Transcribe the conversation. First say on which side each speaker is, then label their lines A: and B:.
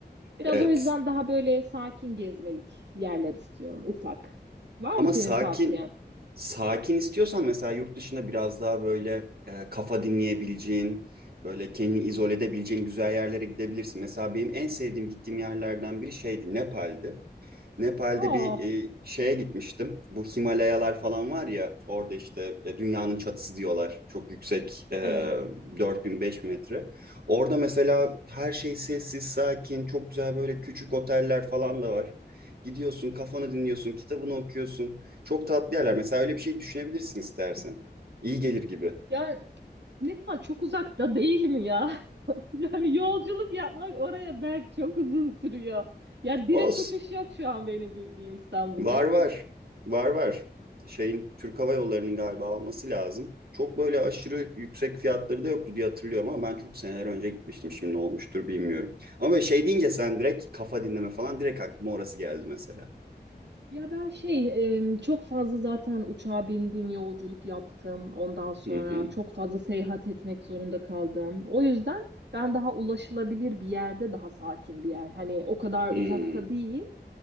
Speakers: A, on the right; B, on the right.
A: Biraz
B: Evet.
A: o yüzden daha böyle sakin gezmelik yerler istiyorum ufak. Var
B: Ama
A: mı senin
B: sakin
A: tavsiyen?
B: sakin istiyorsan mesela yurt dışında biraz daha böyle e, kafa dinleyebileceğin, böyle kendini izole edebileceğin güzel yerlere gidebilirsin. Mesela benim en sevdiğim gittiğim yerlerden biri şeydi, Nepal'di. Nepal'de
A: Aa,
B: bir e, şeye gitmiştim. Bu Himalayalar falan var ya orada işte e, dünyanın çatısı diyorlar. Çok yüksek e,
A: evet.
B: 4000-5000 metre. Orada mesela her şey sessiz, sakin, çok güzel böyle küçük oteller falan da var. Gidiyorsun, kafanı dinliyorsun, kitabını okuyorsun. Çok tatlı yerler. Mesela öyle bir şey düşünebilirsin istersen. İyi gelir gibi.
A: Ya Nepal çok uzakta değil mi ya? <laughs> Yani yolculuk yapmak oraya belki çok uzun sürüyor. Ya direkt
B: <laughs> Olsun.
A: uçuş yok şu an benim bildiğim İstanbul'dan.
B: Var var. Var var. Şeyin Türk Hava Yolları'nın galiba alması lazım. Çok böyle aşırı yüksek fiyatları da yoktu diye hatırlıyorum ama ben çok seneler önce gitmiştim. Şimdi ne olmuştur bilmiyorum. Ama böyle şey deyince sen direkt kafa dinleme falan direkt aklıma orası geldi mesela.
A: Ya ben şey em, çok fazla zaten uçağa bindim, yolculuk yaptım. Ondan sonra
B: Hı hı.
A: çok fazla seyahat etmek zorunda kaldım. O yüzden ben daha ulaşılabilir bir yerde, daha sakin bir yer. Hani o kadar
B: Hmm.
A: uzakta değil.